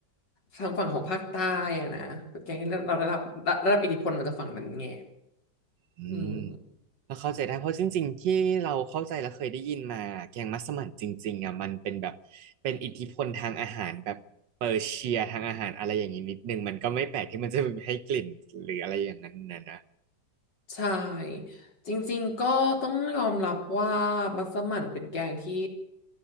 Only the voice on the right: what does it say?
อืม
ก็เข้าใจได้เพราะจริงๆที่เราเข้าใจและเคยได้ยินมาแกงมัสมั่นจริงๆอ่ะมันเป็นแบบเป็นอิทธิพลทางอาหารแบบเปอร์เซียทางอาหารอะไรอย่างนี้นิดนึงมันก็ไม่แปลกที่มันจะให้กลิ่นหรืออะไรอย่างนั้นนะนะ